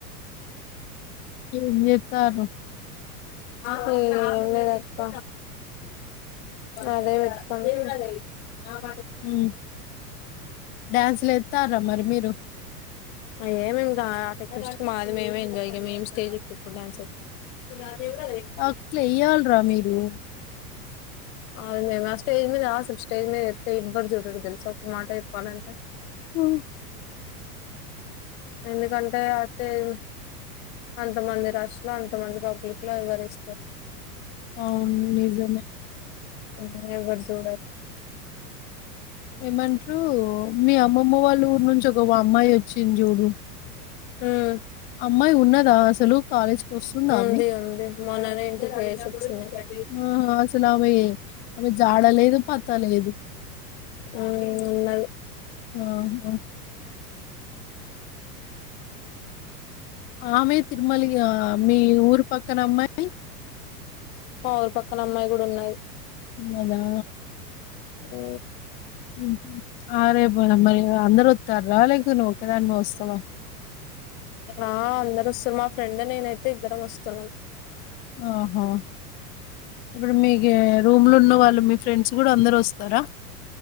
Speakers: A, on the left; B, on the left.
A: ఇగ్నా తాను
B: అహు లేదాక్క అదేవ్ మమ్మీ కూడా అదే న బ
A: ఊ డ్యాన్స్లు ఏత్తారా మరి మీరు
B: అయే ఏం ఇంగ ఆట ఎక్ జస్ట్ మాది మేమే ఎంజాయ్ మేం స్టేజ్ ఎక్కి ఇప్పుడు డాన్స్ ఎత్తాం
A: అట్లా వెయ్యాల్రా మీరు
B: అ మేమ్ ఆ స్టేజ్ మీద అసలు స్టేజ్ మీద ఏస్తే ఎవ్వరు చూడరు తెలుసా ఒక్క మాటలో చెప్పాలంటే
A: హు
B: ఎందుకంటే అత్తయ్ అంతమంది రాష్ట్ ఇలా అంతమంది పబ్లిక్ లో ఎవరిస్త
A: అవున్ నిజమే
B: ఎవ్ ఎవ్వరు జూడ
A: ఏమంట్రు మీ అమ్మమ్మ వాళ్ళ ఊర్ నుంచి ఒక ఇగొ ఓ అమ్మాయి వచ్చించి చూడు
B: హువ్
A: అమ్మయి ఉన్నదా అసలు కాలేజ్కి వస్తుందా
B: ఉంది
A: ఆమె
B: ఉంది మొన్ననే ఇంటికి పోయేసి వచ్చినా
A: ఆహా అసలు ఆమె ఆమె జాడలేదు పత్తలేదు
B: ఊ ఉన్నది
A: ఆహా ఆమె తిరుమల ఇగా మీ ఊరు పక్కన అమ్మాయ్
B: మ ఊరి పక్కన అమ్మాయి కూడా ఉన్నది
A: ఉన్నదా
B: అ
A: ఆహా ఆ రేపు మరి మళ్ళీ అందరత్తార్రా లేకుంటే నువ్వు ఒక్కదానివే వస్తవ
B: ఆ అందరు వస్తున్రు మా ఫ్రెండ్ నేనైతే ఇద్దరం వస్తున్నాం.
A: ఆహా ఇప్పుడు మీకు రూమ్లు ఉన్నవాళ్ళు మీ ఫ్రెండ్స్ కూడా అందరస్తరా